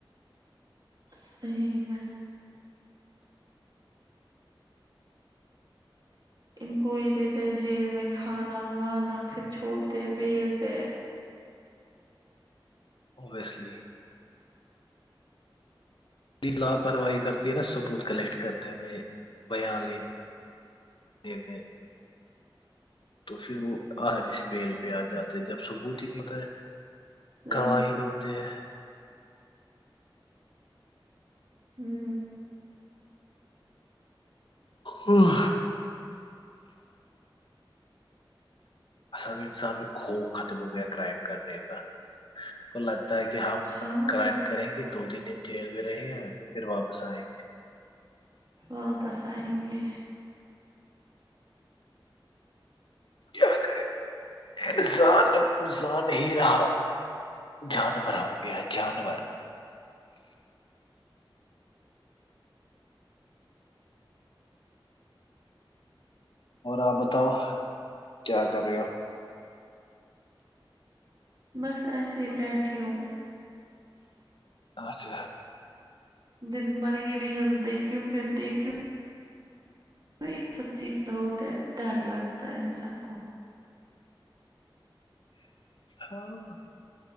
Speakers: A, on the right; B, on the left.
A: صحیح میں ان کو یہ دیتے ہے جیل میں کھانا وانا پھر چھوڑتے بیل پہ
B: وہ اس لیے لاپرواہی کرتی ہے نا ثبوت کلیکٹ کرنے میں بیان لینے دینے تو پھر وہ آس بیل پہ آ جاتے ہے جب ثبوت ہی کہتا ہے
A: صحیح
B: گواہین
A: میں
B: ہوتے ہیں
A: ہوں
B: و اصل میں انسان میں قوف ختم ہو گیا کرائم کرنے کا کو لگتا ہے کہ ہم
A: ہاں
B: کرائم
A: جب
B: کریں گے دو تین دن جیل میں رہی ہیں پھر واپس آئیں گے
A: واپس آئیں گے
B: کیا کرے انسان انسان نہیں رہا جانور ہو گیا ہے جانور اور آپ بتاؤ کیا کر رہے ہو
A: بس ایسے ہی بیٹی ہوں
B: اچھا
A: دن بر یہ ریلس دیکتی ہوں پھر دیکھتی ہوں میں یہ سب چیزیں ہوتے ہیں ڈر لگتا ہے انسان کو
B: ہاں